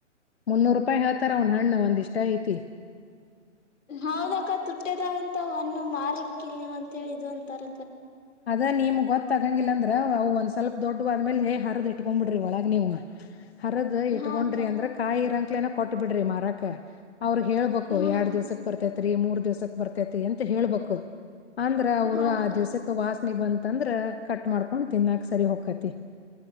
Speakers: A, on the left; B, on the left.
A: ಮುನ್ನೂರು ರೂಪಾಯಿ ಹೇಳ್ತಾರ ಅವನ ಹಣ್ಣ ಒಂದಿಷ್ಟ ಐತಿ.
B: ಹೌದಕ್ಕ ತುಟ್ಟಿ ಅದಾವ ಅಂತ ಅವು ಹಣ್ಣು ಮಾರಕ್ ಇಲ್ವಂತೆ ಹೇಳಿದ್ದು ನೀವ ಇದು ಅಂತರ.
A: ಅದ ನಿಮ್ ಗೊತ್ತ. ಗೊತ್ತಾಗಂಗಿಲ್ಲ ಅಂದ್ರ ಅವು ಒಂದ್ ಸ್ವಲ್ಪ ದೊಡ್ಡ ಆದ್ಮೇಲೆ ಹ ಹರಿದ್ ಇಟ್ಕೊಂಡ್ಬ ಬಿಡ್ರಿ ಒಳಗ ನೀವ್. ಅರಿದು ಇಟ್ಕೊಂಡ್ರಿ
B: ಹಾ ಅಕ್ಕ
A: ಅಂದ್ರ ಕಾಯಿರಂಗ. ಕೆಳನ ಕೊಟ್ಟ ಬಿಡ್ರಿ ಮರಾಕ್. ಅವರು ಹೇಳ್ಬೇಕು
B: ಹಾ
A: ಎರಡ್
B: ಹಾ
A: ದಿವಸಕ್ ಬರ್ತೈತಿ. ಥ್ರೀ ಮೂರ್ ದಿವ್ಸಕ್ ಬರ್ತೈತಿ ಅಂತ ಹೇಳ್ಬೇಕು. ಅಂದ್ರ ಅವರು
B: ಹಾ ಅಕ್ಕ
A: ಆ ದಿವ್ಸಕ್ಕ. ವಾಸನೆ ಬಂತಂದ್ರ ಕಟ್ ಮಾಡ್ಕೊಂಡ್ ತಿನ್ನಾಕ್ ಸರಿ ಹೊಕ್ತೈತಿ.